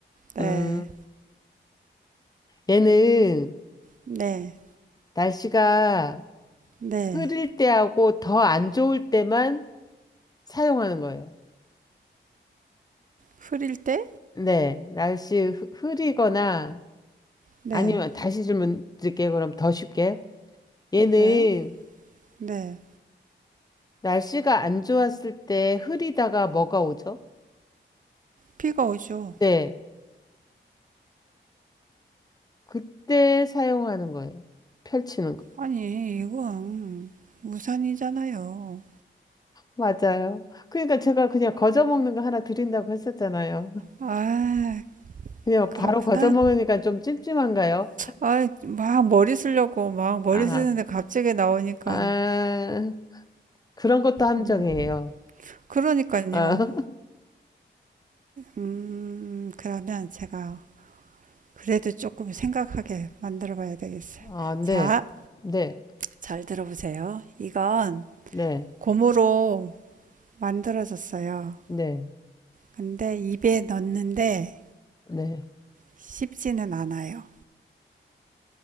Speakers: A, on the right; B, on the left.
A: 네,
B: 음, 얘는
A: 네,
B: 날씨가
A: 네.
B: 흐릴 때하고 더 안 좋을 때만 사용하는 거예요.
A: 흐릴 때?
B: 네, 날씨 흐- 흐리거나
A: 네,
B: 아니면 다시 질문 드릴게요. 그럼 더 쉽게. 얘는
A: 네, 네.
B: 날씨가 안 좋았을 때 흐리다가 뭐가 오죠?
A: 비가 오죠.
B: 네, 그때 사용하는 거예요. 펼치는
A: 아니, 이건 우산이잖아요.
B: 맞아요. 그러니까 제가 그냥 거저 먹는 거 하나 드린다고 했었잖아요.
A: 아,
B: 그냥
A: 그렇구나.
B: 바로 거저 먹으니까 좀 찜찜한가요?
A: 아, 막 머리 쓰려고 막 머리
B: 아,
A: 쓰는데 갑자기 나오니까,
B: 아, 그런 것도 함정이에요.
A: 음, 그러니까요.
B: 아, <laughs>
A: 음, 그러면 제가 그래도 조금 생각하게 만들어 봐야 되겠어요.
B: 아, 네,
A: 자,
B: 네,
A: 잘 들어보세요. 이건
B: 네,
A: 고무로 만들어졌어요.
B: 네,
A: 근데 입에 넣는데
B: 네.
A: 쉽지는 않아요.